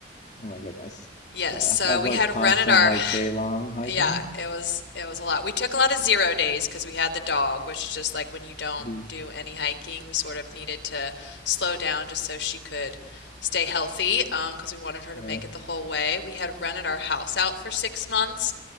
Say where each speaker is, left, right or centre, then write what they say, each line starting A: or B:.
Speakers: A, on the left; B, on the left.
A: Oh my goodness.
B: Yes,
A: Yeah,
B: so
A: so I've
B: we
A: like
B: had
A: constant
B: rented our
A: like day long hiking.
B: Yeah, it was it was a lot. We took a lot of zero days because we had the dog, which is just like when you don't
A: hmm
B: do any hiking, we sort of needed to slow down just so she could stay healthy, um, because we wanted her to
A: Right.
B: make it the whole way. We had rented our house out for six months,